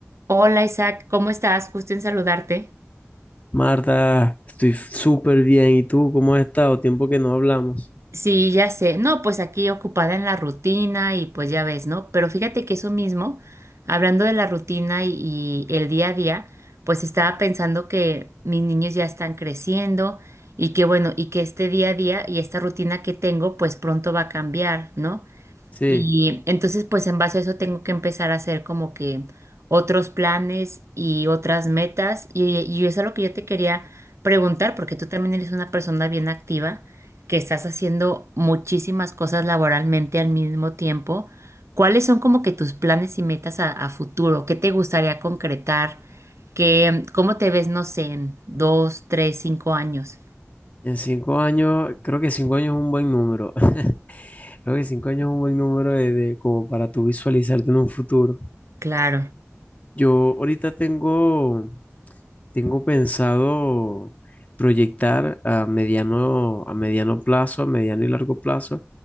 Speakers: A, on the right; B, on the left.
A: Hola Isaac, ¿cómo estás? Gusto en saludarte.
B: Marta, estoy súper bien. ¿Y tú cómo has estado? Tiempo que no hablamos.
A: Sí, ya sé. No, pues aquí ocupada en la rutina y pues ya ves, ¿no? Pero fíjate que eso mismo, hablando de la rutina y, y el día a día, pues estaba pensando que mis niños ya están creciendo y que bueno, y que este día a día y esta rutina que tengo, pues pronto va a cambiar, ¿no?
B: Sí,
A: Y entonces, pues en base a eso tengo que empezar a hacer como que otros planes y otras metas. Y, y eso es lo que yo te quería preguntar, porque tú también eres una persona bien activa, que estás haciendo muchísimas cosas laboralmente al mismo tiempo. ¿Cuáles son como que tus planes y metas a, a futuro? ¿Qué te gustaría concretar? ¿Qué, cómo te ves, no sé, en dos, tres, cinco años?
B: en cinco años, creo que cinco años es un buen número. <laughs> Creo que cinco años es un buen número de, de- como para tú visualizarte en un futuro.
A: Claro,
B: Yo ahorita tengo, tengo pensado proyectar a mediano, a mediano plazo, a mediano y largo plazo,